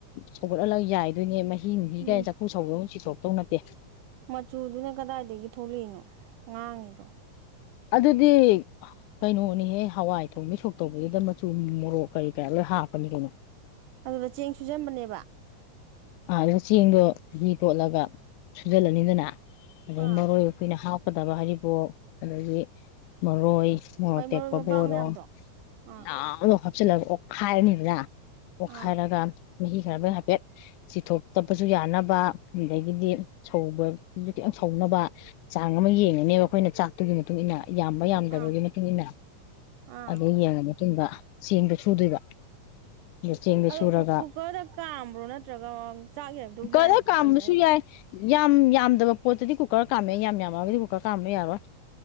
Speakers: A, on the left (about 80°); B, on the right (about 80°).
A: ꯁꯧꯒꯠꯍꯜꯂꯒ ꯌꯥꯏꯗꯣꯏꯅꯦ ꯃꯍꯤ ꯍꯤ ꯅꯨꯡꯍꯤ
B: ꯎꯝ
A: ꯒꯥꯏ ꯆꯐꯨ ꯁꯧꯕꯧ ꯆꯤꯊꯣꯛꯇꯧ ꯅꯠꯇꯦ
B: ꯃꯆꯨꯗꯨꯅ ꯀꯗꯥꯏꯗꯒꯤ ꯊꯣꯛꯂꯛꯏꯅꯣ ꯉꯥꯡꯉꯤꯗꯣ
A: ꯑꯗꯨꯗꯤ ꯀꯩꯅꯣꯅꯤꯍꯦ ꯍꯋꯥꯏ ꯊꯣꯡꯕꯩ ꯁꯣꯛ ꯇꯧꯕꯗꯨꯗ ꯃꯆꯨ ꯃꯣꯔꯣꯛ ꯀꯔꯤ ꯀꯔꯥ ꯂꯣꯏ ꯍꯥꯞꯄꯅꯤ ꯀꯩꯅꯣ
B: ꯑꯗꯨꯗ ꯆꯦꯡ ꯁꯨꯖꯟꯕꯅꯦꯕ
A: ꯑꯥ ꯑꯗꯨꯗ ꯆꯦꯡꯗꯣ ꯙꯤ ꯇꯣꯠꯂꯒ ꯁꯨꯖꯜꯂꯅꯤꯗꯅ ꯑꯗꯩ
B: ꯑꯥ
A: ꯃꯔꯣꯏ ꯑꯩꯈꯣꯏꯅ ꯍꯥꯞꯀꯗꯕ ꯍꯔꯤꯕꯣꯞ ꯑꯗꯒꯤ ꯃꯔꯣꯏ ꯃꯣꯔꯣꯛꯑꯇꯦꯛꯄꯕꯨ
B: ꯍꯣꯏ ꯃꯔꯣꯏ ꯃꯄꯥꯡ
A: ꯑꯣꯏꯔꯣ
B: ꯃꯌꯥꯝꯗꯣ ꯑꯥ
A: ꯃꯌꯥꯝꯗꯣ ꯍꯥꯞ ꯆꯤꯜꯂꯒ ꯑꯣꯠꯈꯥꯏꯔꯅꯤꯗꯅ ꯑꯣꯠꯈꯥꯏꯔꯒ
B: ꯑꯥ
A: ꯃꯍꯤ ꯈꯔꯕ ꯍꯥꯏꯐꯦꯠ ꯆꯤꯊꯣꯛꯇꯄꯁꯨ ꯌꯥꯅꯕ ꯑꯗꯒꯤꯗꯤ ꯁꯧꯕꯖꯨ ꯈꯤꯇꯪ ꯁꯧꯅꯕ ꯆꯥꯡ ꯑꯃ ꯌꯦꯡꯉꯅꯦꯕ ꯑꯩꯈꯣꯏꯅ ꯆꯥꯛ ꯑꯗꯨꯒꯤ ꯃꯇꯨꯡ ꯏꯟꯅ ꯌꯥꯝꯕ ꯌꯥꯝꯗꯕꯒꯤ
B: ꯑꯥ
A: ꯃꯇꯨꯡ ꯏꯟꯅ
B: ꯑꯥ
A: ꯑꯗꯨ ꯌꯦꯡꯉꯅꯤ ꯑꯨꯡꯗ ꯆꯦꯡꯗꯣ ꯁꯨꯗꯣꯏꯕ ꯆꯦꯡꯗꯣ
B: ꯑꯗꯣ
A: ꯁꯨꯔꯒ
B: ꯀꯨ ꯀꯨꯀꯔꯗ ꯀꯥꯝꯕ꯭ꯔꯣ ꯅꯠꯇ꯭ꯔꯒ ꯆꯥꯛ ꯌꯥꯏꯕꯗꯧ
A: ꯀꯂ
B: ꯌꯥꯏꯕ꯭ꯔꯣ
A: ꯀꯥꯝꯕꯁꯨ
B: ꯀꯩꯅꯣ ꯑꯩ
A: ꯌꯥꯏ ꯌꯥꯝ ꯌꯥꯝꯗꯕ ꯄꯣꯠꯇꯗꯤ ꯀꯨꯀꯔ ꯀꯥꯝꯃꯩ ꯌꯥꯝ ꯌꯥꯝꯃꯛꯑꯒꯗꯤ ꯀꯨꯀꯔ ꯀꯥꯝꯕ ꯌꯥꯔꯣꯏ